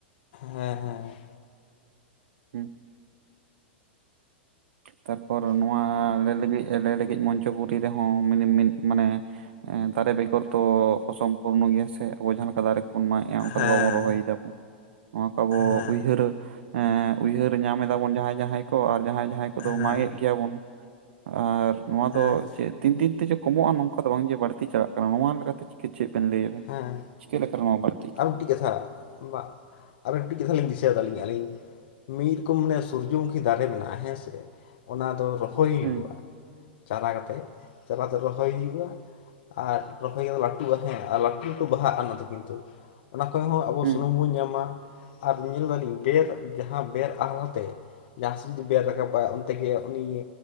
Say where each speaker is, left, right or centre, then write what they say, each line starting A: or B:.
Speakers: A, on the left; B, on the right.
A: ᱦᱮᱸ ᱦᱮᱸ
B: ᱦᱮᱸ ᱛᱟᱨᱯᱚᱨ ᱱᱚᱣᱟ ᱞᱟᱹᱭ ᱞᱟᱹᱜᱤᱫ ᱮᱞᱮ ᱞᱟᱹᱜᱤᱫ ᱢᱚᱧᱪᱚᱯᱩᱨᱤ ᱨᱮᱦᱚᱸ ᱢᱤᱱᱼᱮ ᱢᱮᱱ ᱢᱟᱱᱮ ᱫᱟᱨᱮ ᱵᱮᱜᱚᱨ ᱫᱚ ᱚᱥᱚᱢ ᱯᱩᱨᱱᱚ ᱜᱮ ᱥᱮ ᱟᱵᱚ ᱡᱟᱦᱟᱸ ᱞᱮᱠᱟ ᱫᱟᱨᱮ ᱮᱸ ᱵᱚᱱ ᱢᱟᱸᱜ ᱮᱜᱼᱟ ᱚᱱᱠᱟ
A: ᱦᱮᱸ
B: ᱫᱚ ᱵᱟᱵᱚᱱ ᱨᱚᱦᱚᱭ ᱫᱟᱵᱚᱱ ᱱᱚᱣᱟ ᱠᱚ ᱟᱵᱚ
A: ᱦᱮᱸ
B: ᱩᱭᱦᱟᱹᱨ ᱮᱸ ᱩᱭᱦᱟᱹᱨ ᱧᱟᱢ ᱮᱫᱟ ᱵᱚᱱ ᱡᱟᱦᱟᱸᱭ ᱡᱟᱦᱟᱸᱭ ᱠᱚ ᱟᱨ ᱡᱟᱦᱟᱸᱭ ᱡᱟᱦᱟᱸᱭ ᱠᱚᱫᱚ
A: ᱦᱮᱸ
B: ᱢᱟᱸᱜᱼᱮᱫ ᱜᱮᱭᱟᱵᱚᱱ᱾ ᱟᱨ ᱱᱚᱣᱟ
A: ᱦᱮᱸ
B: ᱫᱚ ᱪᱮᱫ? ᱛᱤᱱ ᱫᱤᱱ ᱛᱮ ᱡᱮ ᱠᱚᱢᱚᱜᱼᱟ ᱱᱚᱝᱠᱟ ᱫᱚ ᱵᱟᱝ ᱡᱮ ᱵᱟᱹᱲᱛᱤ ᱪᱟᱞᱟᱜ ᱠᱟᱱᱟ ᱱᱚᱣᱟ ᱞᱮᱠᱟᱛᱮ ᱪᱮᱫ ᱵᱮᱱ ᱞᱟᱹᱭ ᱫᱟ?
A: ᱦᱮᱸ
B: ᱪᱤᱠ ᱞᱮᱠᱟ <inaudible>
A: ᱟᱨ ᱢᱤᱫᱴᱤᱡ ᱠᱟᱛᱷᱟ ᱵᱟ ᱟᱨ ᱢᱤᱫᱴᱤᱡ ᱠᱟᱛᱷᱟ ᱞᱤᱧ ᱫᱤᱥᱟᱹᱫᱟᱞᱤᱧ ᱟᱹᱞᱤᱧ ᱢᱤᱫ ᱨᱚᱠᱚᱢ ᱢᱟᱱᱮ ᱥᱩᱨᱡᱚᱢᱩᱠᱷᱤ ᱫᱟᱨᱮ ᱢᱮᱱᱟᱜᱼᱟ ᱦᱮᱸ ᱥᱮ ᱚᱱᱟ ᱫᱚ ᱨᱚᱦᱚᱭ ᱦᱩᱭᱩᱜᱼᱟ᱾
B: ᱦᱩᱸ
A: ᱪᱟᱨᱟ ᱠᱟᱛᱮ ᱪᱟᱨᱟ ᱫᱚ ᱨᱚᱦᱚᱭ ᱦᱩᱭᱩᱜᱼᱟ ᱟᱨ ᱨᱚᱦᱚᱭ ᱠᱟᱛᱮ ᱞᱟᱹᱴᱩᱜᱼᱟ ᱦᱮᱸ ᱟᱨ ᱞᱟᱹᱴᱩ ᱞᱟᱹᱴᱩ ᱵᱟᱦᱟᱜᱼᱟ ᱚᱱᱟ ᱫᱚ ᱠᱤᱱᱛᱩ ᱚᱱᱟ ᱠᱷᱚᱱ ᱦᱚᱸ ᱟᱵᱚ
B: ᱦᱩᱸ,
A: ᱥᱩᱱᱩᱢ ᱵᱚᱱ ᱧᱟᱢᱟ ᱟᱨ ᱧᱮᱞ ᱫᱟᱞᱤᱧ ᱵᱮᱨ ᱡᱟᱦᱟᱸ ᱵᱮᱨ ᱟᱦᱟᱞᱟᱛᱮ ᱡᱟᱦᱟᱸ ᱥᱮᱫ ᱡᱩᱫᱤ ᱵᱮᱨ ᱨᱟᱠᱟᱵᱟᱭ ᱚᱱᱛᱮᱜ ᱜᱮ ᱩᱱᱤ ᱜᱮ